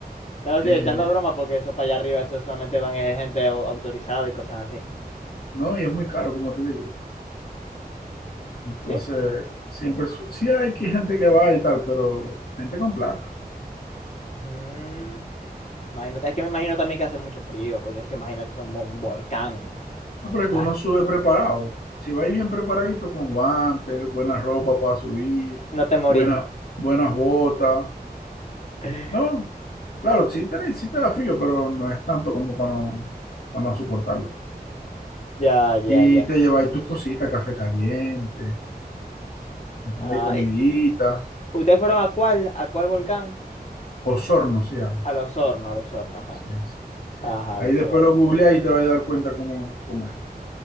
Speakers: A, on the left; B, on the left.
A: No,
B: Eh,
A: sí, echando broma, porque eso para allá arriba, eso solamente van eh, gente au- autorizada y cosas así.
B: no, y es muy caro, como te digo. Entonces,
A: Sí.
B: siempre, su- sí hay que gente que va y tal, pero gente con plata.
A: Mm, imagínate, es que me imagino también que hace mucho frío, porque es que imagínate, es un, mo- un volcán.
B: No, pero
A: O sea,
B: es que uno sube preparado. Si vais bien preparadito con guantes, buena ropa para subir,
A: <laughs> no te morís.
B: buenas, buenas botas.
A: <laughs>
B: No, claro, sí te, sí te da frío, pero no es tanto como para no, para no soportarlo.
A: Ya, ya,
B: Y
A: ya.
B: te lleváis tus cositas, café caliente, ¿entendéis?
A: Ah,
B: Comidita,
A: y- ¿ustedes fueron a cuál? ¿A cuál volcán?
B: Osorno se llama.
A: A Los Hornos, a Los Hornos, ajá.
B: Sí, sí.
A: Ajá,
B: Ahí
A: a Los
B: después
A: Hornos.
B: lo googleáis y te vas a dar cuenta cómo, cómo es.